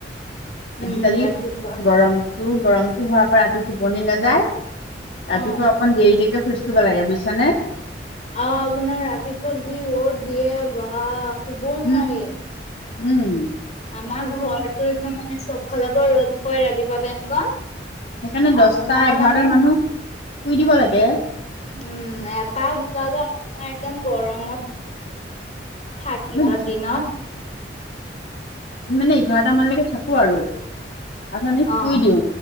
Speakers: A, on the left; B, on the left.
A: উম
B: আজিকালি
A: ৰাতিপুৱা
B: গৰম, টো গৰমটো হোৱাৰ পৰা ৰাতি টোপনি নাযায়। ৰাতিপুৱা
A: অ
B: অকন দেৰি দেৰি শুই থাকিব লাগে বুজিছা নে,
A: অ আপোনাৰ ৰাতিপুৱা যি ৰ'দ দিয়ে ৱা শুবও
B: উম
A: নোৱাৰি,
B: উম,
A: আমাৰ ঘৰটো একদম মানে চব ফালৰ পৰা ৰ'দ পৰে ৰাতিপুৱা টাইম কন
B: সেইকাৰণে দহটা
A: আপোনাৰ
B: এঘাৰটাত
A: মানে
B: মানুহ শুই দিব লাগে।
A: উম এটা দুটা যে আপোনাৰ একদম গৰমত, থাকিব
B: আমি
A: দিনত।
B: মানে এঘাৰটা মানলৈকে থাকো আৰু তাৰ পৰা আমি শুই
A: অ
B: দিওঁ।